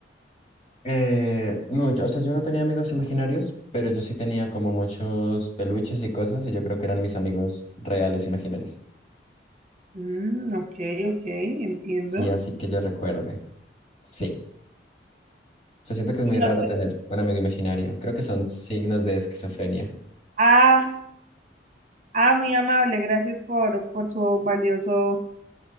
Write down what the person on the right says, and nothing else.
Mm, ok, ok, entiendo.
Y
no
te...
Ah. Ah, muy amable, gracias por, por su valioso